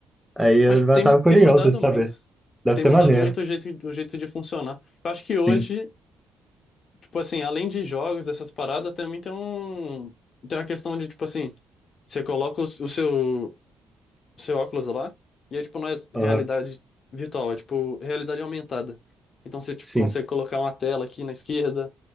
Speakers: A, in the centre; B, on the left.
A: Aí eu
B: Mas tem,
A: já tava curioso
B: tem mudado
A: de saber.
B: muito.
A: Deve
B: Tem
A: ser
B: mudado
A: maneiro.
B: muito o jeito, o jeito de funcionar. Eu acho que hoje,
A: Sim.
B: tipo assim, além de jogos, dessas paradas, também tem um, tem uma questão de, tipo assim, você coloca o, o seu, o seu óculos lá, e aí, tipo, não é
A: Aham,
B: realidade virtual, é, tipo, realidade aumentada. Então você, tipo,
A: Sim.
B: consegue colocar uma tela aqui na esquerda,